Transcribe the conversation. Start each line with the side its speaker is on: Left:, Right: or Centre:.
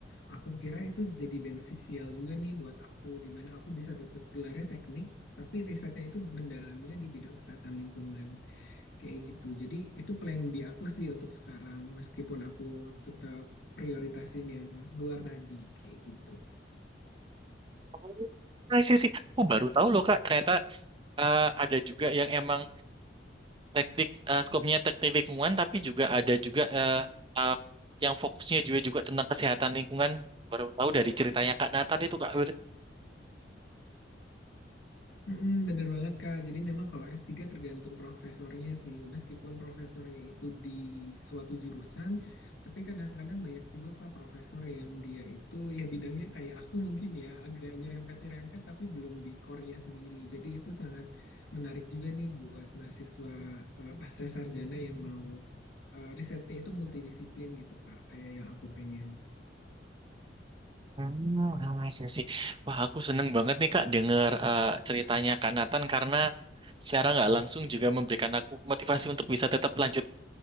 Left: aku kira itu jadi benefisial juga nih buat aku, di mana aku bisa dapet gelarnya teknik, tapi risetnya itu mendalamnya di bidang kesehatan lingkungan. Kayak gitu. Jadi itu plan B aku sih untuk sekarang, meskipun aku tetap prioritasin yang luar tadi, kayak gitu.
Right: Oh, I see, I see. Aku baru tahu loh Kak, ternyata eh, ada juga yang emang teknik eh, skopnya teknik lingkungan, tapi juga ada juga eh, eh, yang fokusnya juga juga tentang kesehatan lingkungan. Baru tahu dari ceritanya Kak Nathan itu Kak.
Left: Mm-mm, bener banget Kak. Jadi memang kalau S3 tergantung profesornya sih. Meskipun profesornya itu di suatu jurusan, tapi kadang-kadang banyak juga Kak profesor yang dia itu ya bidangnya kayak aku mungkin ya agak nyerempet-nyerempet tapi belum di core-nya sendiri. Jadi itu sangat menarik juga nih buat mahasiswa eh, pasca sarjana yang mau eh, risetnya itu multidisiplin gitu Kak, kayak yang aku pengen.
Right: Hmm, ramai sesi. Wah, aku seneng banget nih Kak denger eh, ceritanya Kak Nathan karena secara nggak langsung juga memberikan aku motivasi untuk bisa tetap lanjut